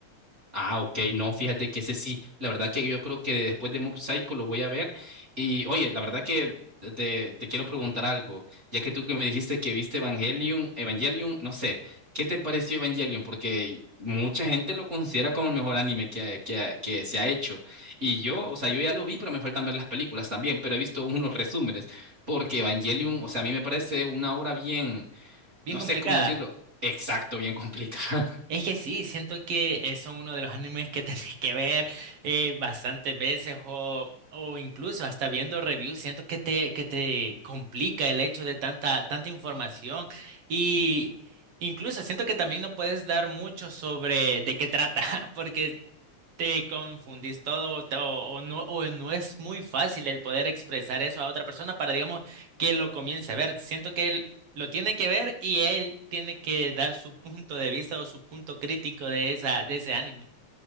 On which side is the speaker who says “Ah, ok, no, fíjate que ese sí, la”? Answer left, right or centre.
Right